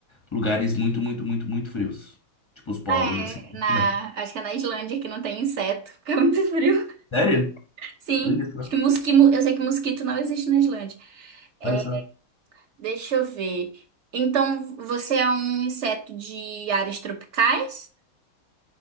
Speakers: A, on the left; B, on the right.
A: lugares muito, muito, muito, muito frios. Tipo os polos,
B: É,
A: assim.
B: na,
A: Não.
B: acho que é na Islândia que não tem inseto, porque é muito frio.
A: Sério?
B: Sim,
A: Olha só,
B: acho que mosquito, eu sei que mosquito não existe na Islândia. É,
A: olha só.
B: deixa eu ver. Então, você é um inseto de áreas tropicais?